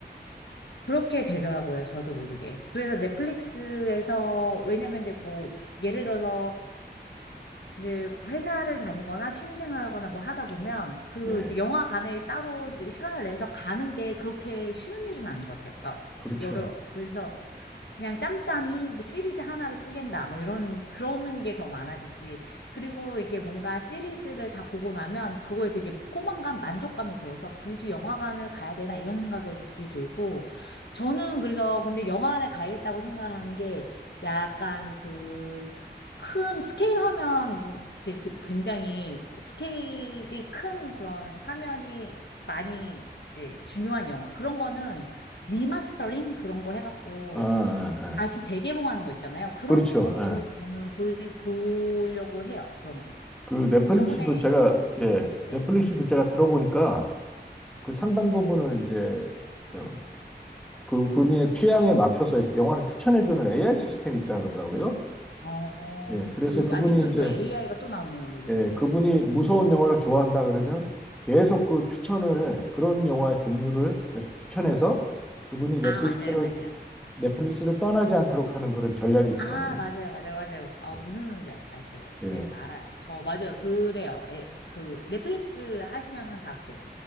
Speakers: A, on the left; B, in the centre.
A: 그렇게 되더라고요. 저도 모르게. 그래서 넷플릭스에서, 왜냐면 이제 뭐, 예를 들어서 이제 회사를 다니거나 취미생활하거나 뭐 하다 보면 그
B: 네,
A: 이제 영화관에 따로 이제 시간을 내서 가는 게 그렇게 쉬운 일은 아닌 것 같아요. 그러니까
B: 그렇죠.
A: 여러 그래서 그냥 짬짬이 뭐 시리즈 하나를 뿌갠다 뭐 이런 그러는 게 더 많아지지. 그리고 이게 뭔가 시리즈를 다 보고 나면 그거에 되게 포만감, 만족감이 들어서 굳이 영화관을 가야 되나 이런 생각이 들고 저는 그래서 근데 영화관에 가야겠다고 생각을 하는 게 약간 그 큰 스케일 화면 되게 괴- 굉장히 스케일이 큰 그런 화면이 많이 이제 중요한 영화 그런 거는 리마스터링 그런 거 해갖고
B: 아, 아,
A: 다시
B: 아.
A: 재개봉하는 거 있잖아요. 그런
B: 그렇죠.
A: 것도
B: 예.
A: 저는 볼, 보려고 해요. 그런 거.
B: 그 넷플릭스도
A: 근데 저번에
B: 제가 예,
A: 네.
B: 넷플릭스도 제가 들어보니까 그 상당 부분을 이제 저, 그 분의 취향에 맞춰서 이렇게 영화를 추천해주는 AI 시스템이 있다 그러더라고요.
A: 어,
B: 예, 그래서
A: 그리고
B: 그분이
A: 아직도
B: 이제
A: 또 AI가 또 나오네요, 여기서.
B: 예, 그분이 무서운 영화를 좋아한다 그러면 계속 그 추천을, 그런 영화의 종류를 계속 추천해서 그분이 넷플릭스를,
A: 아, 맞아요, 맞아요.
B: 넷플릭스를 떠나지 않도록 하는 그런 전략이 있더라고요.
A: 아, 맞아요, 맞아요, 맞아요. 아,
B: 네.
A: 무슨 소리인지 알, 알 거예요. 네,
B: 예,
A: 알아요. 저, 맞아요. 그래요. 에, 그, 넷플릭스 하시면은 다 그래요.